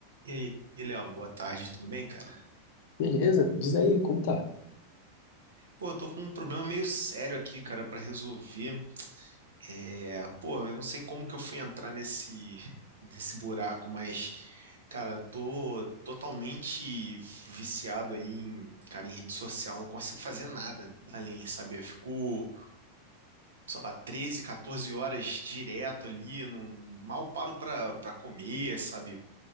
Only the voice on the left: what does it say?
Beleza, diz aí como tá.